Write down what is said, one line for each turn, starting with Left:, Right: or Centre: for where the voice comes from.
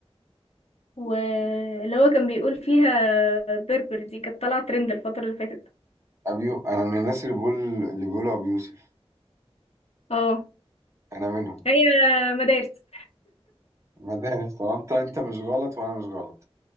Left: واللي هو كان بيقول فيها بربر دي كانت طالعة ترند الفترة اللي فاتت
Right: ابيو انا من الناس اللي بيقول اللي بيقولوا ابو يوسف
Left: اه
Right: انا منهم
Left: هي مدارس
Right: مدارس طب انت انت مش غلط وانا مش غلط